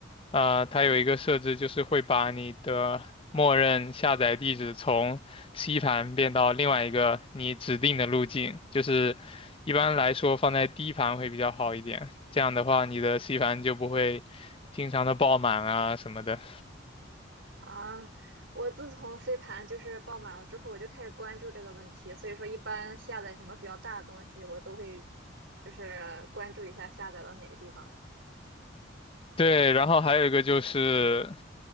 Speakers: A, on the left (about 25°); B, on the right (about 70°).
A: 啊，它有一个设置就是会把你的默认下载地址从 C 盘变到另外一个你指定的路径，就是一般来说放在 D 盘会比较好一点，这样的话你的 C 盘就不会经常的爆满啊什么的。
B: 啊，我自从 C 盘就是爆满了之后，我就开始关注这个问题。所以说，一般下载什么比较大的东西，我都会就是关注一下下载到哪个地方了。
A: 对，然后还有一个就是，